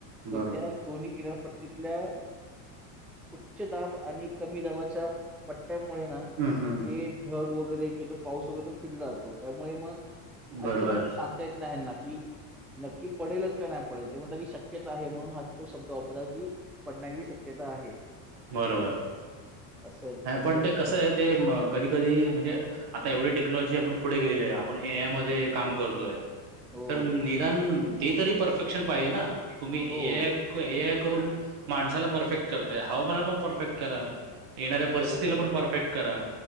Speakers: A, in the centre; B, on the right (about 50°).
A: पण
B: बरोबर
A: त्या दोन्ही किनारपट्टीतल्या उच्च दाब आणि कमी दाबाच्या पट्ट्यामुळे ना
B: हम्, हम्.
A: ते ढग वगैरे तिथं पाऊस वैगरे <unintelligible> राहतो त्यामुळे मग
B: बरोबर
A: अचानक सांगता येत नाही हेंना कि नक्की पडेलच का नाही पडेल, ते म्हणत की शक्यता आहे, म्हणून हा तो शब्द वापरला की पडण्याची शक्यता आहे.
B: बरोबर,
A: असं त्यांचं
B: नाही पण
A: होतं
B: ते कस आहे ते कधी, कधी म्हणजे आता एवढी टेक्नॉलॉजी आपण पुढे गेलेली आहे, आपण ए आय मध्ये काम करतोय.
A: हो
B: तर निदान ते तरी परफेक्शन पाहिजे ना? तुम्ही
A: हो.
B: ए आय करून माणसाला परफेक्ट करता हवामानाला पण परफेक्ट करा, येणाऱ्या परिस्थितीला
A: बरोबर,
B: पण परफेक्ट करा,